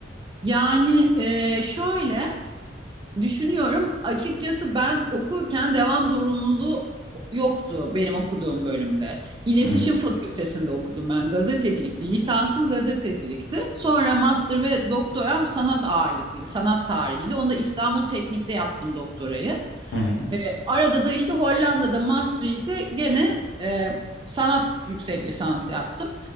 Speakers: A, on the right; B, on the left.
A: Yani e, şöyle düşünüyorum açıkçası ben okurken devam zorunluluğu yoktu benim okuduğum bölümde. İletişim
B: Hı hı
A: Fakültesinde okudum ben gazetecilikti. Lisansım gazetecilikti. Sonra master ve doktoram sanat ağırlıklıydı. Sanat tarihiydi. Onu da İstanbul Teknik'te yaptım doktorayı.
B: hı hı
A: E, arada da işte Hollanda'da master'ı da gene e, sanat yüksek lisansı yaptım.